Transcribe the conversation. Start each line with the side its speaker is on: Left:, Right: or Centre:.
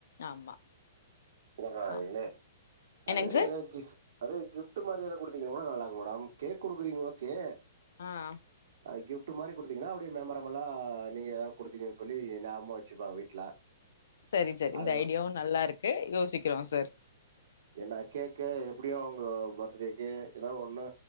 Left: ஆமா
Right: போறாங்ளே
Left: ஆமா என்னங்க
Right: அதே மாரிதா
Left: சார்
Right: கிப்ட் அதே கிப்ட் மாரி எதாது குடுத்தீங் எவ்ளோ நாளாகும் மேடம் கேக் குடுக்குறீங்க ஓகே
Left: ஆ ஆ
Right: அது கிஃப்ட் மாரி குடுத்தீங்கன்னா அப்டியே மெமரபுலா நீங்கதா குடுத்தீங்கனு சொல்லி ஞாபகமா வச்சுப்பாங்க வீட்ல
Left: சரி சார் இந்த
Right: அது
Left: ஐடியாவு நல்லா இருக்கு யோசிக்கிறோ சார்
Right: என்ன கேக்கு எப்படியு அவுங்க பர்த்டேக்கு எதாவது ஒண்ணு